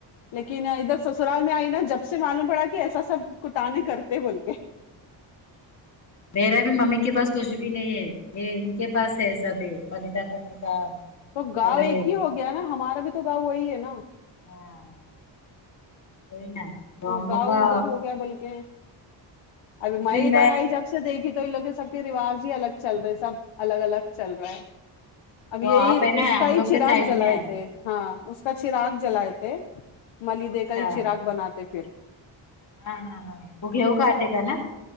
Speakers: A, on the left (about 85°); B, on the left (about 35°).
A: لیکن ادھر سسرال میں آئی نا جب سے معلوم پڑا کہ ایسا سب کٹانے کرتے بول کے
B: میرا بھی ممی کے پاس کچھ بھی نہیں ہے یہ ان کے پاس ہے سب ملیدہ کرنے کا
A: تو گاؤں
B: اور یہ
A: ایک ہی ہو گیا نا ہمارا بھی تو گاؤں وہی ہے نا
B: ہاں وہئی نا
A: تو وہ
B: ہم لوگ
A: گاؤں
B: کا
A: ادھر ہو گیا بولک
B: اس
A: ابھی میں
B: دن
A: ادھر آئی جب سے دیکھی تو ان لوگ کے سب کے رواج ہی الگ چل رہے سب الگ الگ چل رہا ہے اب
B: تو
A: یہی
B: آپ ہے نا
A: اس کا
B: ہم
A: ہی
B: لوگ
A: چراغ
B: کے سائڈ
A: جلائے
B: میں آئے
A: تھے ہاں اس کا چراغ جلائے تھے ملیدے
B: اچھا
A: کا ہی چراغ بناتے پھر
B: ہاں ہاں ہاں وہ گیںہوں کاٹےگا نا